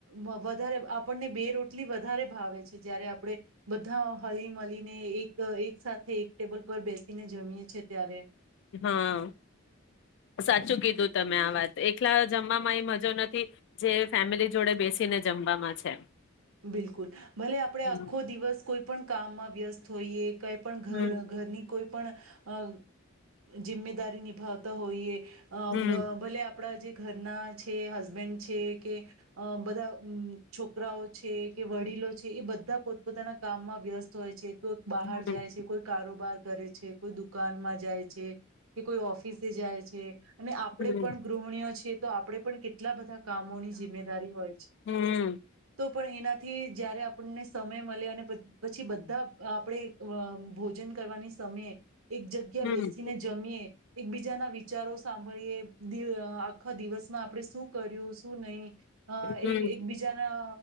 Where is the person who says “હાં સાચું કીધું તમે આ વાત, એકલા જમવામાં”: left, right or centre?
Left